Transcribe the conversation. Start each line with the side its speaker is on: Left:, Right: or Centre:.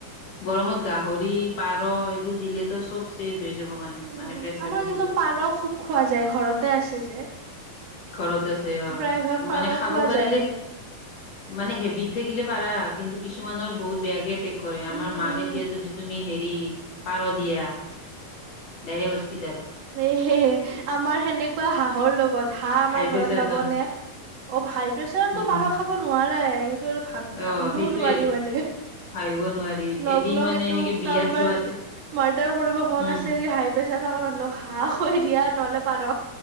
Left: গৰমত গাহৰি, পাৰ এইবোৰ দিলেতো চব চেজ হৈ যাব মানুহ।
Right: উম
Left: মানে প্ৰেচাৰ
Right: আমাৰ
Left: থাকিলে
Right: কিন্তু পাৰ খুব খোৱা যায় ঘৰতে আছে যে
Left: ঘৰত আছে অ'
Right: প্ৰায়ভাগ পাৰ
Left: মানে খাব
Right: খোৱা
Left: পাৰিলে
Right: যায়ে
Left: মানে হেবিত থাকিলে পাৰা কিন্তু কিছুমানৰ বহুত বেয়াকে এটেক কৰে আমাৰ
Right: উম
Left: মাক
Right: উম
Left: এতিয়া যদি তুমি হেৰি পাৰ দিয়া, ডাইৰেক্ট হস্পিতেল
Right: এহে আমাৰ সেনেকুৱা হাঁহৰ লগত হাঁহ আমাৰ
Left: হাই
Right: ঘৰত
Left: প্ৰেচাৰ
Right: নবনে,
Left: ন
Right: অ' হাই প্ৰেচাৰতটো
Left: উম
Right: পাৰ খাব নোৱাৰে সেইটো ভাব ভাবিবও
Left: অ সেইটোয়ে
Right: নোৱাৰি মানে
Left: ভাবিব নোৱাৰি
Right: লগ-লগ
Left: এদিন মানে
Right: এইটো
Left: এনেকে বিয়াত
Right: কাৰোবাৰ
Left: যোৱাতে
Right: মাৰ্ডাৰ কৰিব মন
Left: উম
Right: আছে যদি হাইপ্ৰেছাৰ থকা মানুহক হাঁহ খুৱাই দিয়া নহ'লে, পাৰ।